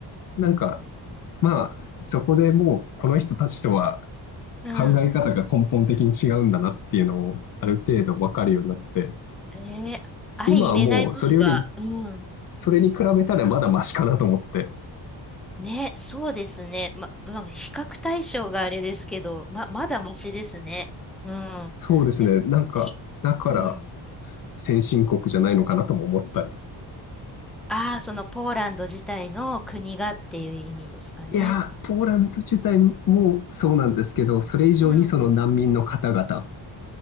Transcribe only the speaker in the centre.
うん。
えー、相入れないものが、
うん。
ね、そうですね。ま、まあ、比較対象があれですけど、ま、まだマシですね。うん。
でも、
き、
うん。
ああ、そのポーランド自体の国がっていう意味ですかね。
うん